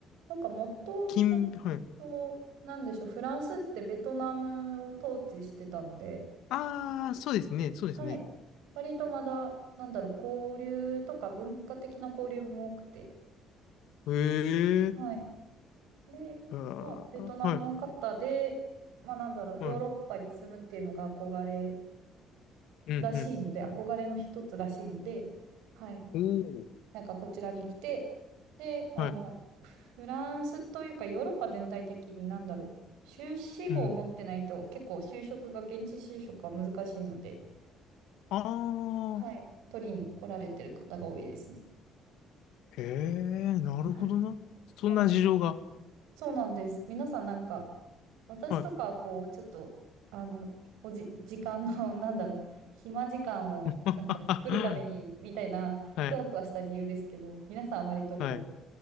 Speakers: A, on the right; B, on the left.
A: なんかもともと、
B: 金、はい。
A: なんでしょう、フランスってベトナムを統治してたので、
B: ああ、そうですね、そうですね。
A: はい。割とまだ、なんだろう、交流とか文化的な交流も多くて、
B: へえ、
A: はい。で、
B: あーはい、
A: まあ、ベトナムの方で、まあなんだろう、
B: はい。
A: ヨーロッパに住むっていうのが憧れん
B: うん、
A: らしいので、
B: うん。
A: 憧れの一つらしいので、はい。
B: おお、
A: なんかこちらに来て、で、あの、
B: はい。
A: フランスというかヨーロッパ全体的になんだろう。修士号を持ってないと結構就職が、
B: うん。
A: 現地就職は難しいので、
B: ああ、
A: はい。取りに来られてる方が多いですね。
B: へえ、なるほどな。
A: はい。
B: そんな事情が。
A: そうなん、そうなんです。皆さんなんか、私とかはこう、
B: はい。
A: ちょっと、あの、おじ、時間の、<laughs> なんだろう、暇時間をなんか作るためにみたいな、
B: <laughs> はい、
A: ふわふわした理由ですけど、皆さん割とこう、
B: はい、